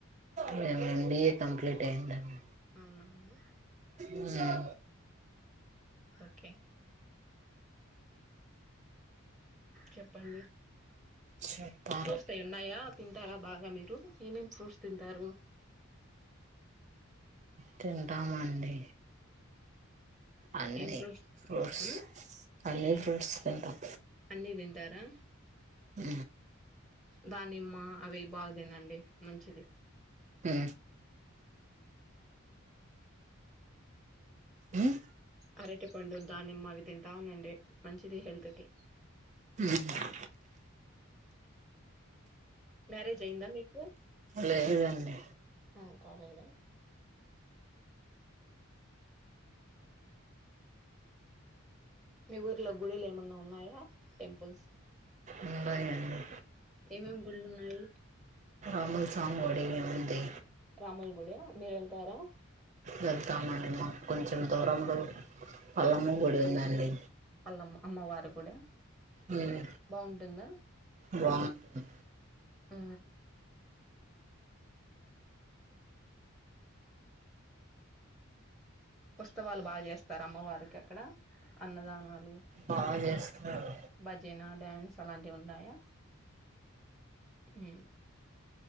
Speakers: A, on the right; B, in the centre.
A: మేం ఎబీఏ కంప్లీట్ అయిందండి
B: అవునవును
A: ఉమ్ హ
B: ఓకే చెప్పండి
A: చెప్పాలి
B: ఫ్రూట్స్ తే ఉన్నాయా తింటారా బాగా మీరు ఏమేమి ఫ్రూట్స్ తింటారు
A: తింటామండి అన్నీ
B: ఏం ఫ్రూట్స్
A: ఫ్రూట్స్
B: ఉమ్
A: అన్నీ ఫ్రూట్స్ తింటాం
B: అన్ని తింటారా
A: ఆ
B: దానిమ్మ అవి బాగా తినండి మంచిది
A: ఊ మ్మ్
B: అరటి పండు దానిమ్మ అవి తింటా ఉండండి మంచిది హెల్త్ కి
A: ఉ
B: మ్యారేజ్ అయ్యిందా మీకు
A: లేదండి
B: ఆ కాలేదా మీ ఊర్లో గుడిలు ఏమన్నా ఉన్నాయా టెంపుల్స్
A: ఉన్నాయండి
B: ఏమేం గుళ్ళు ఉన్నాయి
A: రాముల స్వామి గుడి ఉంది
B: రాముల గుడా మీరు వెళ్తారా
A: వెళ్తామండి మాకు కొంచెం దూరంలో మల్లమ్మ గుడి ఉందండి
B: మల్లమ్మ అమ్మవారి గుడా
A: మ్మ్
B: బాగుంటుందా
A: బాగుంటుంది
B: ఆ ఉత్సవాలు బాగా చేస్తార అమ్మవారికి అక్కడ అన్నదానాలు
A: బాగా చేస్తారు
B: భజన డ్యాన్స్ అలాంటివి ఉన్నాయా ఉ